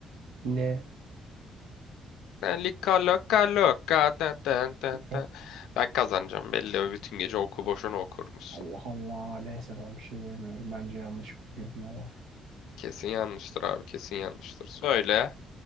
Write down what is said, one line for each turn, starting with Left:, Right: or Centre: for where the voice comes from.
Right: Ne?
Left: Lika loka loka da da da
Right: Ne?
Left: da. Ben kazanacağım belli bütün gece oku boşuna okurmuşsun.
Right: Allah Allah. Neyse ben bir şey diyemiyorum. Bence yanlış biliyorsun ama.
Left: Kesin yanlıştır abi kesin yanlıştır. Söyle